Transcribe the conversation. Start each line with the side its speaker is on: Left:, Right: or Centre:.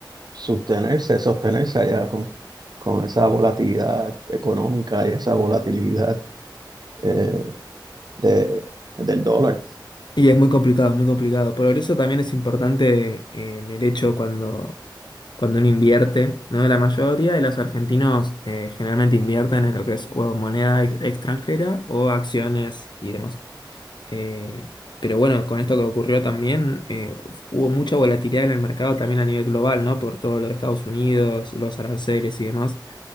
Right: sostenerse, sostenerse allá con, con esa volatilidad económica y esa volatilidad eh, de, del dólar.
Left: Y es muy complicado, es muy complicado. Por eso también es importante eh, en el hecho cuando, cuando uno invierte, ¿no? La mayoría de los argentinos eh, generalmente invierten en lo que es o moneda ex- extranjera o acciones y demás. Eh, pero bueno, con esto que ocurrió también, eh, hubo mucha volatilidad en el mercado también a nivel global, ¿no? Por todo lo de Estados Unidos, los aranceles y demás.